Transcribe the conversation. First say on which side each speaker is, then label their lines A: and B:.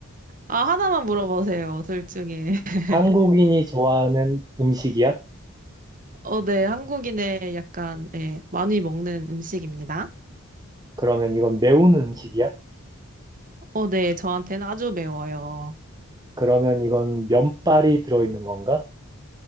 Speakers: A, on the right; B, on the right.
A: 아 하나만 물어보세요. 둘 중에. <laughs>
B: 한국인이 좋아하는 음식이야?
A: 어 네 한국인의 약간 예 많이 먹는 음식입니다.
B: 그러면 이건 매운 음식이야?
A: 어 네 저한테는 아주 매워요.
B: 그러면 이건 면발이 들어있는 건가?